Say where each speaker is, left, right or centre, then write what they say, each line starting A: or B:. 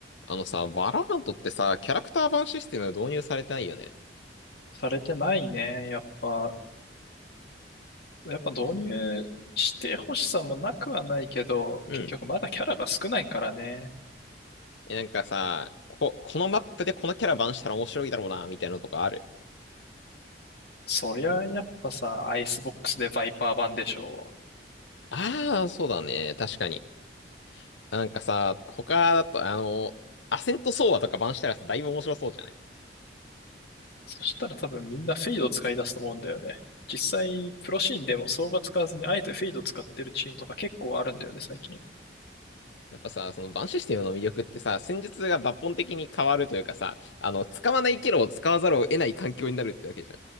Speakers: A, on the left; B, on the left.
A: あのさ、バラハントってさ、キャラクター版システム導入されてないよね。
B: されてないね。やっぱ、やっぱ導入してほしさもなくはないけど、
A: うん。
B: 結局まだキャラが少ないからね。
A: えなんかさ、こ、このマップでこのキャラ版したら面白いだろうな、みたいなのとかある。
B: そりゃやっぱさ、アイスボックスでバイパー版でしょう。
A: ああ、そうだね。確かに。なんかさ、他だと、あの、アセントソーアとか版したらさ、だいぶ面白そうじゃない
B: そしたら多分みんなフェイドを使い出すと思うんだよね。実際、プロシーンでも相場使わずにあえてフェイドを使ってるチームとか結構あるんだよね、最近。
A: やっぱさ、そのバンシステムの魅力ってさ、戦術が抜本的に変わるというかさ、あの、使わないキャラを使わざるを得ない環境になるってわけじゃ